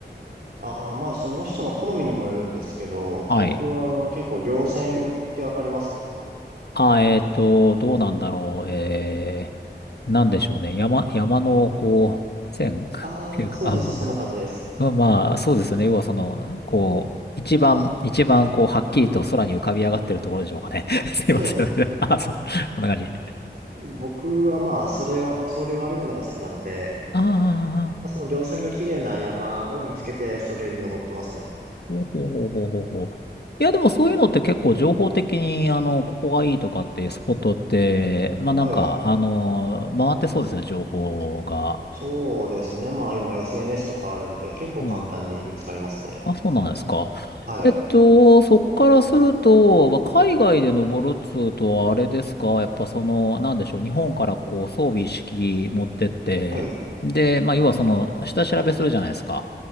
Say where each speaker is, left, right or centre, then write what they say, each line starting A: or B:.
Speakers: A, on the right; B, on the left.
A: ああ、まあその人の好みにもよるんですけど、
B: はい。
A: 僕は結構稜線ってわかりますか
B: あ、えっと、どうなんだろう。えー、なんでしょうね。山、山の、こう、線 <laughs> っていうか、
A: ああー、そうです。
B: あの、
A: そんな感じです。
B: な、うんまあ、そうですよね。要はその、こう、一番、一番、こう、はっきりと空に浮かび上がってるところでしょうかね。<laughs> すいません。
A: そうです。
B: <laughs> あ、そ、そんな感じ。
A: 僕はまあ、それを、それを歩くのが好きなので、
B: ああ、
A: まあ、その稜線が綺麗な山を見つけて、それに登ってますね。
B: ほうほうほうほうほうほう。いや、でもそういうのって結構情報的に、あの、ここがいいとかっていうスポットって、まあなんか、
A: はい。
B: あの、回ってそうですよね、情報が。
A: そうですね。まあ、今 SNS とかあるんで、結構簡単に見つかりますね。
B: うん。あ、そうなんですか。
A: はい。
B: えっと、そっからすると、まあ、海外で登るっつうとはあれですか、やっぱその、なんでしょう、日本からこう装備一式持ってって、
A: はい。
B: で、まあ、要はその、下調べするじゃないですか。